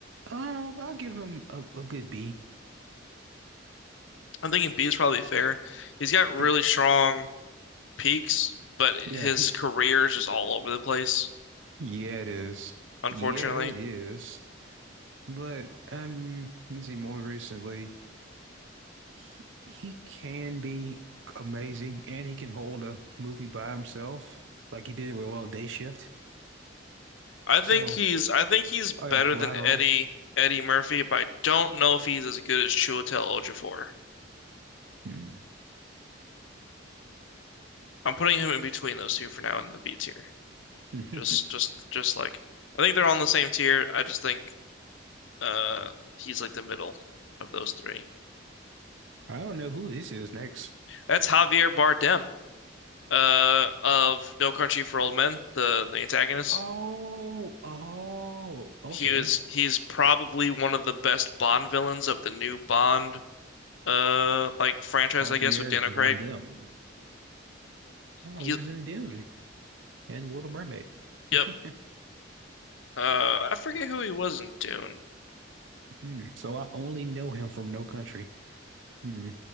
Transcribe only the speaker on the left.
I'm thinking B is probably fair. He's got really
strong peaks, but
his
career is just all over the place,
unfortunately.
I
think he's I think he's better
than Eddie Eddie Murphy, but I don't know if he's as good as Chiwetel Ejiofor.
I'm putting him in between those two for now in the B tier.
Just just just like I think they're all on the same tier. I just think Uh, he's like the middle of those three.
That's Javier Bardem, uh, of No Country for Old Men, the the antagonist.
He was he's probably one of the best Bond villains of the new Bond uh like franchise,
I guess, with Daniel
Craig.
He,
yep.
Uh, I forget who he was in Dune,